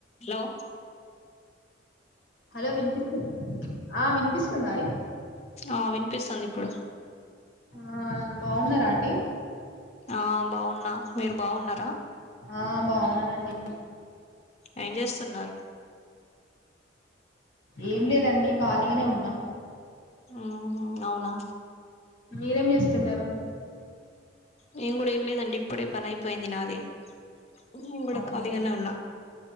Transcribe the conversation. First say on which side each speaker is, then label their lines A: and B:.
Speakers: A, on the left; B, on the left.
A: హలో.
B: హలో వినిపిస్తుందా ఆహ్ వినిపిస్తుందా అండి.
A: ఆహ్ వినిపిస్తుంది ఇప్పుడు.
B: ఆహ్ బాగున్నారా అండి.
A: ఆహ్ బాగున్నా మీరు బాగున్నారా.
B: ఆహ్ బాగున్నానండి.
A: ఏం చేస్తున్నారు.
B: ఏం లేదండి ఖాళీగానే ఉన్నా.
A: ఉహు అవునా.
B: మీరేం చేస్తున్నారు.
A: నేను కూడా ఏం లేదండి ఇప్పుడే పనైపోయింది నాది ఉ కూడా
B: అవునా
A: కాలిగానే ఉన్నా.